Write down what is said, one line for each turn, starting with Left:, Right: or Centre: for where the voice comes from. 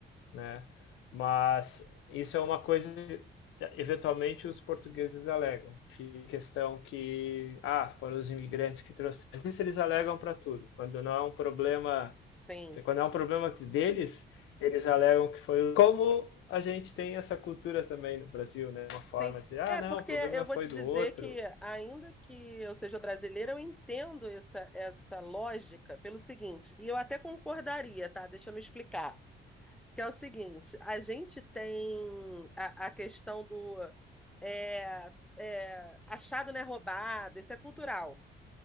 Left: né? Mas isso é uma coisa que, eventualmente os portugueses alegam, que questão que, ah, foram os imigrantes que trouxeram. Isso eles alegam para tudo. Quando não é um problema,
Centre: Sim,
Left: quando é um problema deles, eles alegam que foi o- como a gente tem essa cultura também no Brasil, né? Uma forma
Centre: sim.
Left: de dizer,
Centre: É,
Left: ah, não,
Centre: porque
Left: o problema
Centre: eu
Left: foi
Centre: vou te
Left: do
Centre: dizer
Left: outro.
Centre: que, ainda que eu seja brasileira, eu entendo essa, essa lógica pelo seguinte, e eu até concordaria, tá? Deixa eu me explicar. Que é o seguinte, a gente tem a, a questão do é, é, achado não é roubado, isso é cultural.